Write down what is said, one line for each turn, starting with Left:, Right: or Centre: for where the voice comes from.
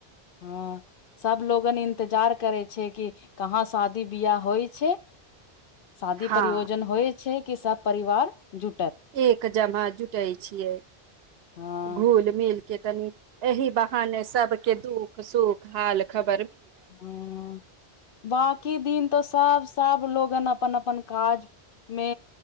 Left: हँ सभ लोगन इन्तजार करै छै कि कहाँ शादी ब्याह होइ छै शादी
Right: हँ
Left: परियोजन होइ छै के सभ परिवार जुट
Right: एक जमा जुटै छियै
Left: हँ
Right: घुल मिल के तनी एहि बहान सब के दुःख सुख हाल ख-
Left: हूँ बांकी दिन तऽ सब- सब लोगन अपन अपन काज मे